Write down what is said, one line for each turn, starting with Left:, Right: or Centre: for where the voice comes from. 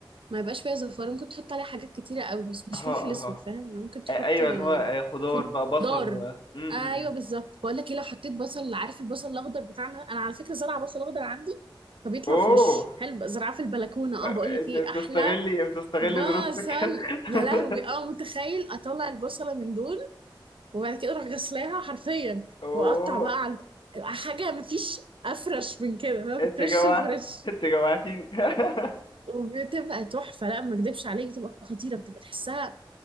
Right: ما يبقاش فيها زفارة ممكن تحط عليها حاجات كتيرة قوي بس مش
Left: اها
Right: فلفل
Left: اها
Right: اسود فاهم ممكن تحط
Left: آه، ايوه
Right: آه،
Left: اللي هو آه، خضار بقى بصل
Right: خضار
Left: و م- م-
Right: ايوه
Left: م.
Right: بالظبط بقول لك ايه لو حطيت بصل عارف البصل الاخضر بتاعنا انا على فكرة زرعة بصل اخضر عندي فبيطلع
Left: اوه
Right: فريش حلو بقى زرعة في البلكونة
Left: آه،
Right: اه بقول لك
Left: انت
Right: ايه
Left: بتستغلي
Right: احلى
Left: بتستغلي
Right: بصل
Left: دراستك <laughs>
Right: يا لهوي اه متخيل اطلع البصلة من دول وبعد كده اروح غسلاها حرفيا
Left: اوه
Right: واقطع بقى على حاجه مفيش افرش من كده فاهم
Left: انت
Right: فريش
Left: جوعت
Right: الفريش
Left: انت جوعتيني <laughs>
Right: وبتبقى تحفه لا ما اكدبش عليك بتبقى خطيره بتبقى تحسها